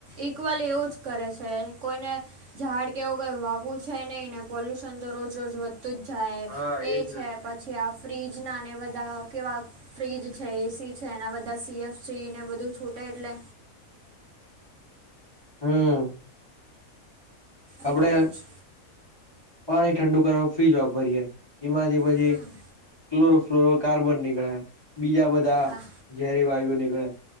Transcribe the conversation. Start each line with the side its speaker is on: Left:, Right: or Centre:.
Right: ઈક્વલ એવું જ કરે છે, કોઈને ઝાડ કેવું કઈ વાવું છે નહી ને, પોલ્યુશન તો રોજ-રોજ વધે. તું જ જાય
Left: હા
Right: એ
Left: એજ
Right: છે.
Left: ને
Right: ફ્રીજ ના બધા કેવા ફ્રીજ છે, એસી છે, એના દસ સીએફ સઈ ને, બધું છૂટે એટલે.
Left: હમ. આપડે
Right: એટલે જ
Left: પાણી ઠંડુ કરવા ફ્રીજ વાપરીયએ. એમાંથી પછી
Right: હમ
Left: ક્લોરોફ્લોરો કાર્બન નીકળ્યા બીજા બધા.
Right: હા
Left: ઝેરી વાયુ નીકળે,